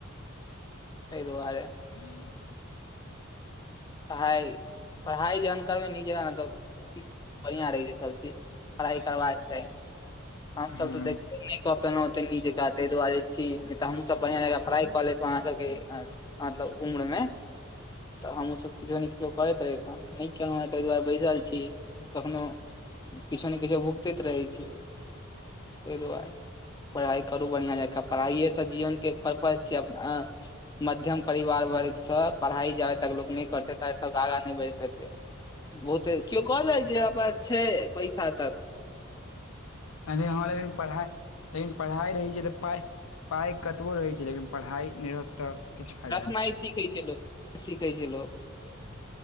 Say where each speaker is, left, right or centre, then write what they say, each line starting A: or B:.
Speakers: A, on the left; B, on the left.
A: तै दुआरे
B: हूँ। <inaudible>
A: पढ़ाइ पढ़ाइ जहन करबै ने ई जगह ने तऽ क बढ़िआँ रहै छैय सभचीज पढ़ाइ करबाक चाही हमसब
B: ह
A: तैय देख कऽ पेलहुॅंते नीक जका ताहि दुआरे छी नैय तऽ हमहुँ सब बढ़ियां जका पढ़ाई क लेैतहु अहाँ सबके मतलब उम्र मे तऽ हमहुं सब किछो ने किछो करैत रहि तऽ नैय केलहुँ हे ताहि दुआरे बैसल छी कखनो किछो ने किछो भुगतैत रहैय छी ताहि दुआरे पढ़ाइ करू बढ़िया जका पढ़ाइए तऽ जीवन के परर्पज छैय अपना मध्यम परिवार वर्ग से पढ़ाई जाबे तक लोग नैय करत तक आगा नैय बढ़ पेतै बहुते किओ कहल जे छैय, हमरा पास छैय पैसा तऽ
B: अरे हां रे पढ़ाइ लेकिन पढ़ाइ रहै छैय तऽ पाइ पाइ कतबो रहै छैय, लेकिन पढ़ाइ नैय रहत तऽ किछु फायदा
A: देखनाइ
B: नहि
A: सीखे छैय लोक सिखे छैय लोक